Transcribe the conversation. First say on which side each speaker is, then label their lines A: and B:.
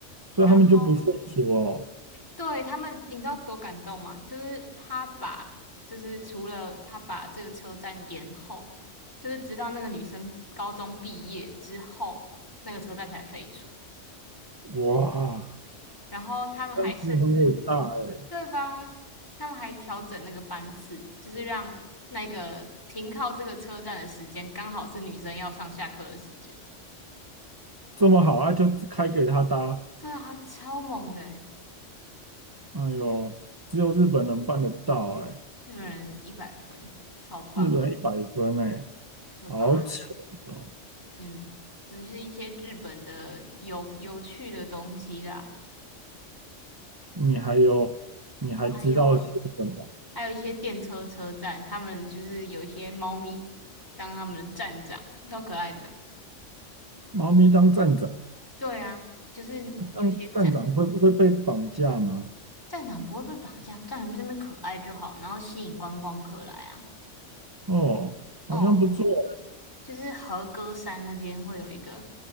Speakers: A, on the right; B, on the left.
A: 所以他们就不废除哦，
B: 然后对，他们，你知道多感动吗？就是他把，就是除了他把这个车站延后，就是直到那个女生高中毕业之后，那个车站才废除。
A: 哇，
B: 然后他们还甚至，
A: 这样子很伟大哎。
B: 对吧？他们还调整那个班次，就是让那个停靠这个车站的时间刚好是女生要上下课的时间。
A: 这么好啊，就开给他搭。
B: 对啊，超猛的欸
A: 哎呦，只有日本能办得到哎、
B: 日本人一百分，超棒，
A: 日本一百分哎、
B: 对吧？
A: 好扯哦！
B: 嗯，尤其是一些日本的有有趣的东西啦，
A: 你还有，你还知道些什么？
B: 我还有啊，还有一些电车车站，他们就是有一些猫咪当他们的站长，超可爱的。
A: 猫咪当站长，
B: 对啊，就是有一些站
A: 当站长会不会被绑架吗？
B: 站长不会被绑架，站长这边可爱就好，然后吸引观光客来啊。
A: 哦，
B: 哦，
A: 好像不错哎、
B: 就是和歌山那边会有一个